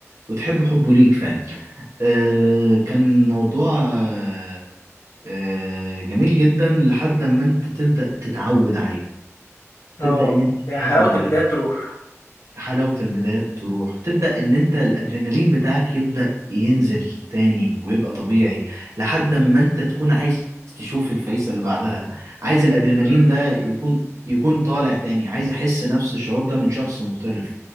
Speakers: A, on the right (about 70°); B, on the left (about 75°).
A: وتحب حبه ليك فعلا آه، كان موضوع آه، آه، جميل جدا لحد ما انت تبدأ تتعود عليه
B: اه
A: تبدأ ان انت
B: هي حلاوة
A: تاخد عليه
B: البداية تروح
A: حلاوة البدايات تروح تبدأ ان انت الادرينالين بتاعك يبدأ ينزل تاني ويبقى طبيعي لحد ما انت تكون عايز تشوف الفريسة اللي بعدها عايز الادرينالين
B: <laughs>
A: ده يكون يكون طالع تاني عايز احس نفس الشعور ده من شخص مختلف